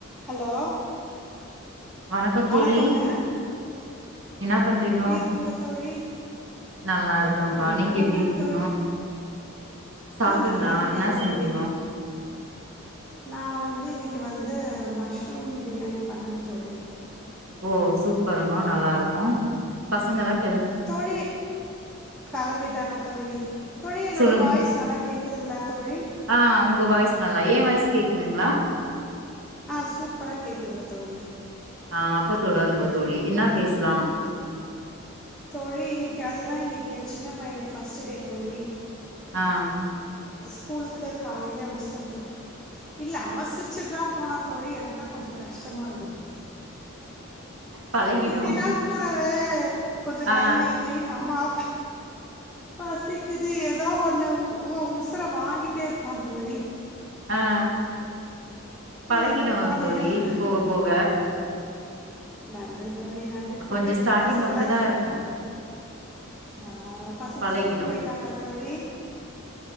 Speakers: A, in the centre; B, on the right (about 70°).
A: Hello
B: வணக்கம்
A: வணக்கங்க
B: தோழி என்ன பண்றீங்கோ
A: எப்படி இருக்கீங்க தோழி
B: நல்லா இருக்கப்பா
A: ஒன்றும்
B: நீங்க
A: பண்ணலங்க
B: எப்படி இருப்பீங்கோ
A: தோழி
B: சாப்பிட்டீங்களா
A: ஆ நல்லா இருக்கேன்
B: என்ன
A: தோழி
B: செஞ்சீங்கோ
A: நான் வந்து இன்னைக்கு வந்து மஷ்ரூம் பிரியாணி பண்ணுங்க த தொழி
B: ஓ சூப்பருங்க நல்லா இருக்கும் பசங்க எம்
A: தோழி கிளம்பிட்டாங்க தோழி தோழி என்னோட
B: சொல்லுங்க
A: வாய்ஸ் நல்லா கேக்குதுங்களா தோழி
B: ஆ உங்க வாய்ஸ் நல்லா ஏ கேக்குதுங்களா
A: ஆஹ் சூப்பரா கேக்குதுங்க தோழி
B: ஆஹ் அப்பத்தோருங்க தோழி என்ன பேசலாம்
A: தோழி இன்னைக்கு அதுதான் இன்னைக்கு என் சின்ன பையனுக்கு பர்ஸ்ட் டே தோழி
B: ஆஹ்
A: ஸ்கூலுக்கு காலையிலயே அனுச்சுட்டேன் தோழி இல்ல அவசிரிச்சுட்டு தான் போன தொழி எனக்கு தான் கொஞ்சம் கஷ்டமா இருக்குது
B: பழகிடு
A: இத்தினாள் கூடவே கொஞ்சம்
B: ஆ
A: நை நை நை அம்மாவ பசிக்குது ஏதோ ஒண்ண ஏ ஊசுர வாங்கிட்டே இருப்பான் தோழி
B: ஆஹ் பழகிடும்
A: இப்போ போனோனே
B: தோழி
A: ஒரு
B: போக போக
A: நன்றி தோழி நண்டு தோழி
B: கொஞ்சோ ஸ்டார்ட்டிங்
A: பசங்க
B: அப்டிதா
A: எல்லாரும்
B: இருக்கு
A: ஆஹ் பசங்க
B: பழகிடு
A: ஸ்கூலுக்கு போயிட்டாங்களா தோழி